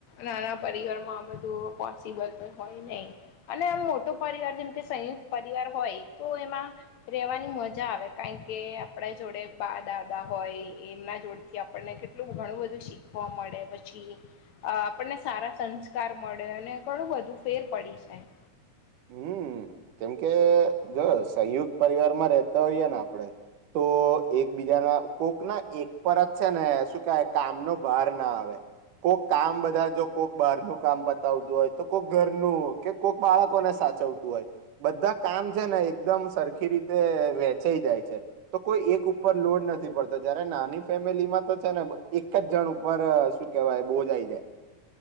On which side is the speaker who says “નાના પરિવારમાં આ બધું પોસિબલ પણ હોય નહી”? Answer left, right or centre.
Left